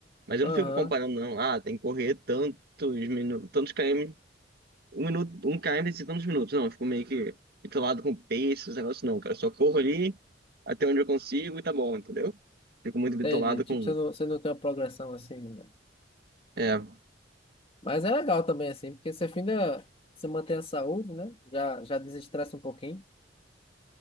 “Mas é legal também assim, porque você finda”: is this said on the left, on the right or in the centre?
Left